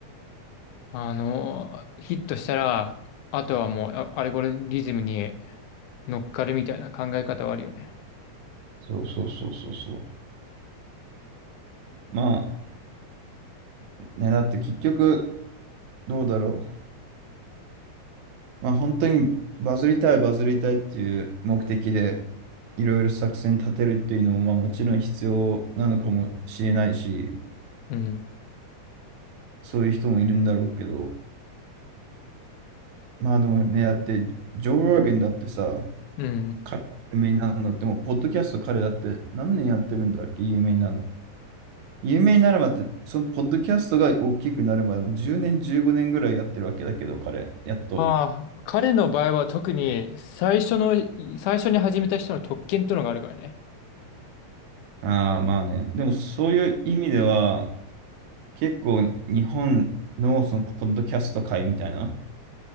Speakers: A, on the left; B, on the right.
A: あ、あのーヒットしたら、あとはもうあアルゴリズムに乗っかるみたいな考え方はあるよね。
B: そうそうそうそうそう。まあ、ね、だって結局、どうだろう。まあ本当にバズりたいバズりたいっていう目的でいろいろ作戦立てるっていうのもまあもちろん必要なのかもしれないし、
A: うん。
B: そういう人もいるんだろうけど、まあでもね、だってジョー・ローゲンだってさ、
A: うん。
B: 彼が有名になるのってもうポッドキャスト彼だって何年やってるんだっけ、有名になるの。有名になるまでって、そのポッドキャストが大きくなるまでも10年、15年ぐらいやってるわけだけど、彼、やっと。
A: まあ、彼の場合は特に最初の、最初に始めた人の特権ってのがあるからね。
B: ああ、まあね。でもそういう意味では、結構日本のそのポッドキャスト界みたいな、